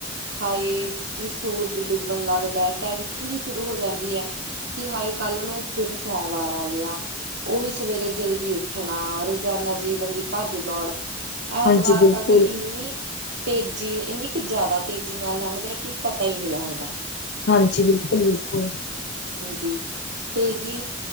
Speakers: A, on the right (about 60°); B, on the left (about 60°).
A: ਹਾਏ ਵੀ ਸੂਰਜ ਡੁੱਬਣ ਲੱਗਦਾ ਹੈ ਟੈਸ਼ਨ ਹੀ ਸ਼ੁਰੂ ਹੋ ਜਾਂਦੀ ਹੈ। ਕਿ ਹਾਏ ਕੱਲ ਨੂੰ ਫਿਰ ਸੋਮਵਾਰ ਆ ਗਿਆ। ਉਹੀ ਸਵੇਰੇ ਜਲਦੀ ਉੱਠਣਾ ਰੋਜ਼ਾਨਾ ਜੀਵਨ ਦੀ ਭੱਜ ਦੌੜ ਐਤਵਾਰ
B: ਹਾਂਜੀ ਬਿਲਕੁਲ।
A: ਤਾਂ ਇੰਨੀ ਤੇਜ਼ੀ ਇੰਨੀ ਕੁ ਜ਼ਿਆਦਾ ਤੇਜ਼ੀ ਨਾਲ ਲੰਘਦਾ ਕਿ ਪਤਾ ਹੀ ਨਹੀਂ ਲੱਗਦਾ।
B: ਹਾਂਜੀ ਬਿਲਕੁਲ ਬਿਲਕੁਲ।
A: ੀ <unintelligible> ਤੇ ਜੀ